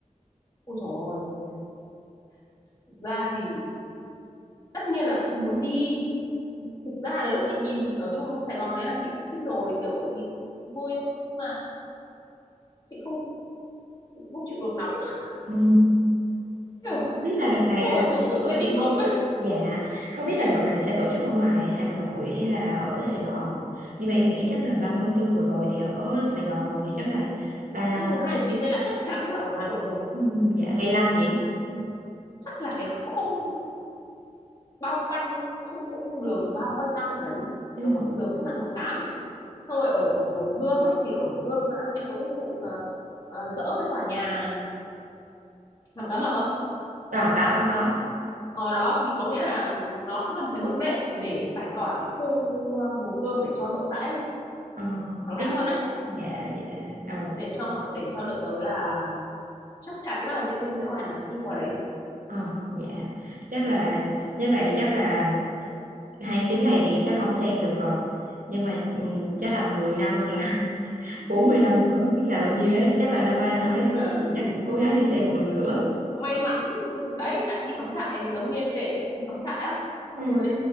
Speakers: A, on the left; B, on the right.
A: Ôi dồi ôi, thực ra thì tất nhiên là cũng muốn đi. Thực ra là lúc chị nhìn ở trong Sài Gòn đấy là chị cũng thích rồi, kiểu nhìn vui lắm. nhưng mà chị không chị không chịu được nóng. <laughs>
B: ừ.
A: Kiểu
B: Không biết là đợt này
A: xong
B: là
A: rồi kiểu kiểu
B: sẽ
A: dễ
B: tổ
A: bị
B: chức
A: ngộp
B: ở...
A: ấy.
B: dạ không biết là đợt này sẽ tổ chức ở ngoài Hà Nội hay là ở Sài Gòn nhưng mà em nghĩ chắc là 30 tháng tư vừa rồi thì ở Sài Gòn rồi thì chắc là ba
A: Không mùng hai tháng chín nên là chắc chắn là ở Hà Nội rồi.
B: ừ, dạ ngày lăng nhỉ
A: Ừ. chắc là cái khung bao quanh khung khung, khung đường bao quanh lăng đấy
B: ừ.
A: ở quảng trường cách mạng tháng tám. xong rồi ở Hồ Gươm ấy thì ở Hồ Gươm mà em có biết vụ uh, dỡ cái tòa nhà hàm cá mập không
B: à có có có
A: ở đó thì có nghĩa là nó cũng là một cái bước đệm để giải tỏa cái khu ờ, Hồ Gươm để cho rộng rãi
B: Ờ.
A: thoáng
B: tí
A: đãng hơn ấy
B: dạ dạ ồ
A: để cho mọi để cho đợt tới là chắc chắn là diễu binh diễu Hành là sẽ đi qua đấy
B: ờ dạ chắc
A: ừ.
B: là nếu vậy chắc là tháng 9 này thì chắc không xem được rồi nhưng mà ừm, chắc là 10 năm hoặc là <laughs> 40 năm nữa không biết là bao nhiêu đấy chắc là năm nay năm
A: Chung
B: đấy sáu
A: là
B: thì chắc cũng cố gắng đi xem một lần nữa
A: may mắn đấy tại đi cắm trại giống như em kể là đi cắm trại á
B: ừ.
A: xong rồi